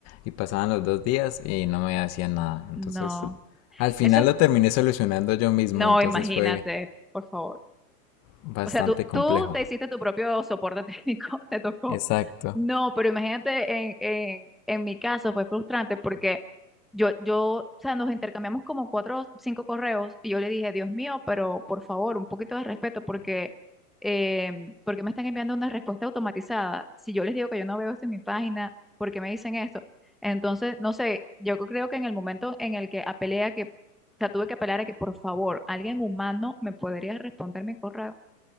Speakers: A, on the left (about 35°); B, in the centre.
A: Y pasaban los dos días y no me hacían nada. Entonces,
B: No.
A: al final
B: Eso,
A: lo terminé solucionando yo mismo,
B: no,
A: entonces
B: imagínate,
A: fue
B: por favor.
A: bastante
B: O sea, tú,
A: complejo.
B: tú te hiciste tu propio soporte técnico, <laughs> te tocó.
A: Exacto,
B: No, pero imagínate, en, en, en mi caso fue frustrante porque yo, yo, o sea, nos intercambiamos como cuatro o cinco correos y yo le dije, Dios mío, pero por favor, un poquito de respeto porque, eh, porque me están enviando una respuesta automatizada. Si yo les digo que yo no veo esto en mi página, ¿por qué me dicen esto? Entonces, no sé, yo creo que en el momento en el que apelé a que, o sea, tuve que apelar a que por favor, alguien humano me podría responder mi correo